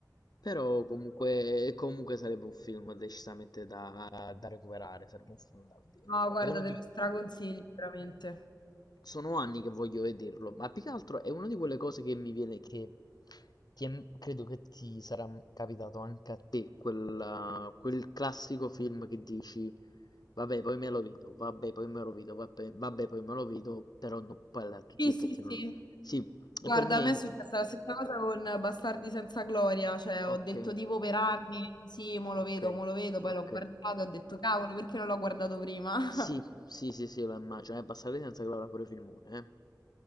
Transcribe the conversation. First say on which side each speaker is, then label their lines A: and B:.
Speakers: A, on the left; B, on the left.
A: Però comunque, e comunque sarebbe un film decisamente da, da recuperare, sarebbe un film da vedere.
B: No, guarda,
A: È uno di,
B: te lo straconsiglio veramente.
A: sono anni che voglio vederlo, ma più che altro è una di quelle cose che mi viene che ti è- credo che ti sarà capitato anche a te, quella- quel classico film che dici vabbè poi me lo vedo, vabbè poi me lo vedo, vabbè, vabbè, poi me lo vedo, però no, poi a tutti
B: Sì,
A: gli
B: sì,
A: effetti non
B: sì.
A: lo... Sì,
B: Guarda,
A: e per me...
B: a me è successa la stessa cosa con Bastardi senza gloria, cioè
A: Ok,
B: ho detto tipo per anni, sì, mo lo
A: ok,
B: vedo, mo lo vedo, poi
A: ok.
B: l'ho guardato, ho detto cavolo, perché non l'ho guardato prima?
A: Sì,
B: <laughs>
A: sì, sì, sì, lo immagino, è abbastanza senza che l'avrà pure filmone, eh.